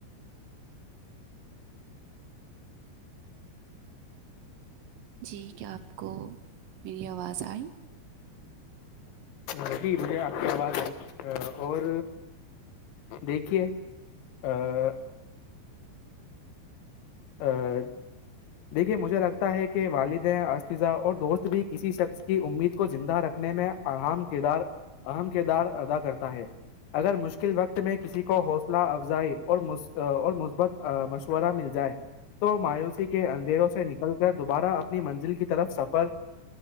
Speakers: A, on the right; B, on the left.
A: جی کیا آپ کو میری آواز آئی
B: ربی مجھے آپ کے آواز آئی اور دیکھیے آ <unintelligible> <unintelligible> دیکھیے مجھے لگتا ہے کہ والد استذہ اور دوست بھی کسی شخص کی امید کو زندہ رکھ میں اہم کردار اہم کردار ادا کرتا ہے اگر مشکل وقت میں کسی کو حوصلہ افزائی اور اور مثبت مشورہ مل جائے تو مایوسی کے اندھیروں سے نکل کر دوبارہ اپنی منزل کی طرف سفر